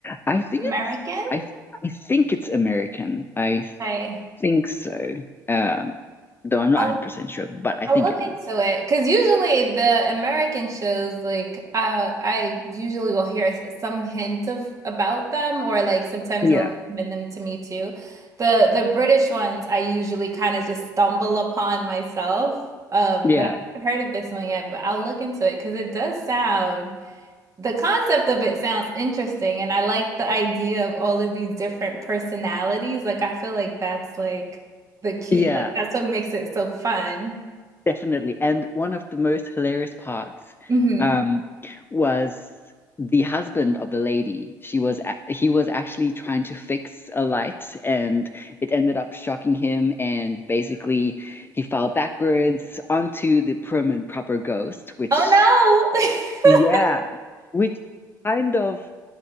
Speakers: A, on the left; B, on the right.
A: I think
B: American?
A: it's I I think it's American. I
B: Okay.
A: think so. Um, though I'm not
B: I
A: 100% sure, but I
B: I'll
A: think
B: look
A: it is.
B: into it because usually the American shows, like uh, I usually will hear s- some hint of about them, or like sometimes
A: Yeah,
B: they'll recommend them to me too. The the British ones I usually kind of just stumble upon myself, um,
A: yeah,
B: but I haven't heard of this one yet. But I'll look into it because it does sound the concept of it sounds interesting, and I like the idea of all of these different personalities. Like I feel like that's like the key.
A: yeah,
B: Like that's what makes it so fun.
A: definitely. And one of the most hilarious parts
B: Mhm.
A: um was the husband of the lady. She was a- he was actually trying to fix a light and it ended up shocking him and basically he fell backwards onto the prim and proper ghost, which
B: Oh no.
A: yeah,
B: <laughs>
A: which kind of